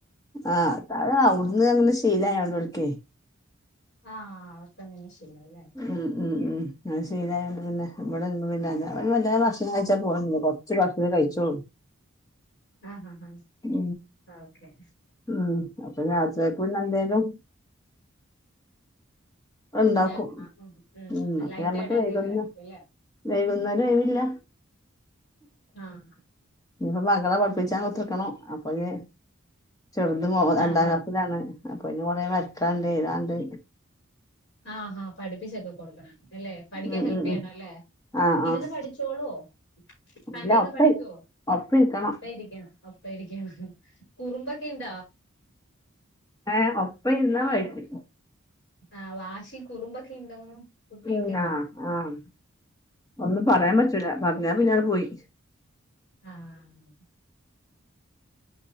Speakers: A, on the left; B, on the left.
A: ആഹ് അത് അവിടുന്ന് അങ്ങനെ ശീലായോണ്ട് ഓൾക്ക്
B: ആഹ അവർക്ക് അങ്ങനെ ശീലം അല്ലേ
A: ഉം ഉം ഉം അങ്ങനെ ശീലായതോണ്ട് പിന്നെ ഇവിടെ പിന്നെ വല്ലാതെ ഭക്ഷണം ഭക്ഷണം കഴിച്ചാ പോകാൻ കുറച്ച് കഴിചോള്ളു
B: ആഹ് ആഹ്
A: ഉം
B: ആഹ് ഓക്കെ
A: ഉം അപ്പൊ പിന്നെ രാത്രിക്കക്ക് എന്തേലും ഉണ്ടാക്കും
B: ഉണ്ടാക്കണം
A: ഉം അപ്പൊ
B: ലൈറ്റ്
A: ഞമ്മക്ക്
B: ആയിട്ട്
A: വൈകും
B: എന്തെലും
A: ന്ന്
B: ആയിരിക്കും അല്ലേ
A: വൈകുന്നേരം ഒഴിവ് ഇല്ല
B: ആഹ
A: ഇനിയിപ്പോ മകളെ പഠിപ്പിച്ചാൻ കുത്തർക്കണം അപ്പൊ ഇനി ചെറുത് രണ്ടാം
B: ആഹ് ഹാ
A: ക്ലാസ്സിലാണ് അപ്പൊ ഇനി കൊറേ വരക്കാണ്ട് എഴുതാണ്ട്
B: ആഹാ പഠിപ്പിച്ചൊക്കെ കൊടുക്കണം അല്ലെ പഠിക്കാൻ
A: ഉം
B: ഹെല്പ്
A: ഉം
B: ചെയ്യണം
A: ഉം
B: അല്ലേ
A: ആഹ്
B: ഇരുന്ന്
A: ആഹ്
B: പഠിച്ചോളോ തന്നെ
A: ഇല്ല
B: ഇരുന്നു
A: ഒപ്പം
B: പഠിക്കുവോ
A: ഇരി ഒപ്പം ഇരിക്കണം
B: ഒപ്പം ഇരിക്കണോ ഒപ്പം ഇരിക്കു കുറുമ്പൊക്കിണ്ടോ
A: ഏ ഒപ്പം ഇരുന്നാൽ മതി
B: ആ വാശി കുറുമ്പൊക്കെ ഉണ്ടോന്നു കുട്ടികൾക്ക്
A: ഉം ആഹ് ആഹ് ഒന്നും പറയാൻ പറ്റൂല പറഞ്ഞാ പിന്നെ അങ്ങട്ട് പോയി
B: ആഹ്‌.